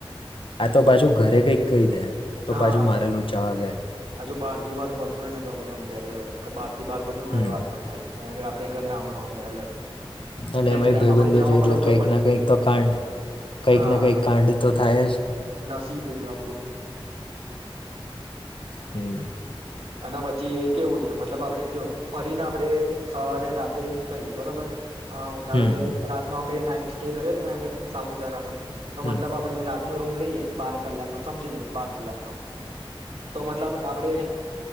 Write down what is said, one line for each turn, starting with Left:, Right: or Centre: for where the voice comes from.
Left: આ તો પાછું ઘરે કંઈક કહી દે તો
Right: હા
Left: પાછું મારે લોચા <inaudible>
Right: હજુ બાર થી બાર બધું એ ને તો આપડે હમજાય ચલો કે બાર થી બાર બધું ને
Left: હમ
Right: ઘરે વાત પણ નહિં. અને <unintelligible> આપડે ઘરે હાંભરવાનું થાય એ અલગ.
Left: અને
Right: નેક્સ્ટ
Left: એમાં એય
Right: ટાઈમ
Left: ભાઈબંધો
Right: આપડે જવામાં
Left: છે એટલે
Right: લોચો
Left: કંઈક
Right: પડે
Left: ના કંઈક તો કાંડ કંઈક
Right: હા
Left: ના કંઈક કાંડ તો થાય જ.
Right: નસીબ એ તો આપડું
Left: હમ્મ.
Right: આના પછ છી એ કેવું છે મતલબ આપડે જો ફરીને આપડે સવારે રાતે નીકળીએ બરોબર? અ ધારો
Left: હમ
Right: કે
Left: હમ
Right: રાત નુ આપડ નાઈટ સ્ટે કર્યો ત્યાં આગળ સાપુતારામાં? તો
Left: હમ
Right: મતલબ આપડે રા નો રૂમ લઈએ બાર કલાક નો સમજી લે બાર કલાક નો તો મતલબ આપડે